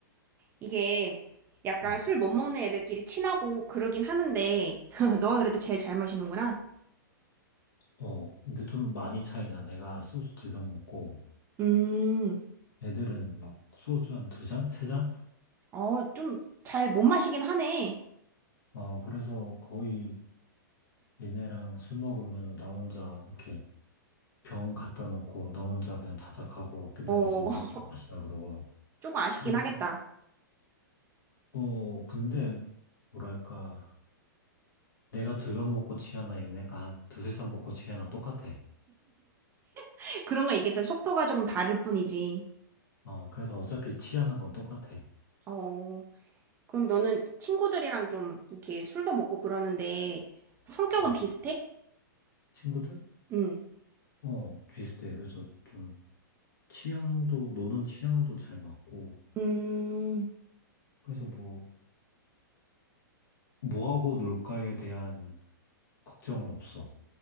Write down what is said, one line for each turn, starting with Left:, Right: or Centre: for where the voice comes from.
Right: 이게 약간
Left: 아,
Right: 술 못 먹는 애들끼리 친하고 그러긴 하는데 <laughs> 너가 그래도 제일 잘 마시는구나.
Left: 어, 근데 좀 많이 차이나. 내가 소주 두 병 먹고
Right: 음,
Left: 애들은 막 소주 한 두 잔, 세 잔?
Right: 어, 좀 잘 못 마시긴 하네.
Left: 어, 그래서 거의 얘네랑 술 먹으면은 나 혼자 이렇게 병 갖다 놓고 나 혼자 그냥 자작하고 걔네는
Right: 어,
Left: 지네들끼리
Right: <laughs>
Left: 마시라 그러고
Right: 조금 아쉽긴
Left: 근데
Right: 하겠다.
Left: 또 어, 근데 뭐랄까 내가 두 병 먹고 취하나 얘네가 한 두세 잔 먹고 취하나 똑같아
Right: <laughs> 그런 거 있겠다. 속도가 조금 다를 뿐이지.
Left: 어 그래서 어차피 취하는 건 똑같아
Right: 어, 그럼 너는 친구들이랑 좀 이렇게 술도 먹고 그러는데 성격은
Left: 어,
Right: 비슷해?
Left: 친구들?
Right: 응.
Left: 어 비슷해 그래서 좀 취향도 노는 취향도 잘 맞고
Right: 음,
Left: 그래서 뭐 뭐하고 놀까에 대한 걱정은 없어